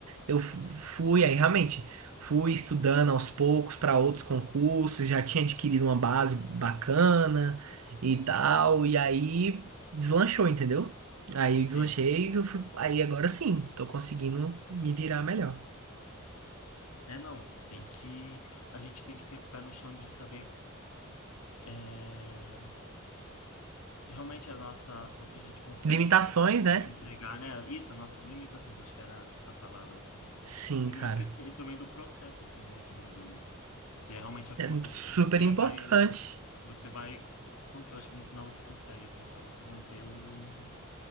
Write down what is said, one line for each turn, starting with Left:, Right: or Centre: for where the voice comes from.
Right: eu fu- fui, aí realmente, fui estudando aos poucos para outros concursos, já tinha adquirido uma base bacana e tal, e aí deslanchou, entendeu? Aí
Left: sim.
Right: eu deslanchei e eu fui, aí agora sim, tô conseguindo me virar melhor.
Left: É, não, tem que. A gente tem que ter o pé no chão de saber é, realmente a nossa, o que a gente consegue
Right: Limitações, né?
Left: entregar, né? Isso, as nossas limitações, acho que era a palavra, assim.
Right: Sim,
Left: E
Right: cara.
Left: não esquecer também do processo, assim, né? Que nem do. Se é realmente alguma
Right: É
Left: coisa
Right: super
Left: que você quer,
Right: importante.
Left: vai. Você vai. cons- Eu acho que no final você consegue, assim, é só você manter o.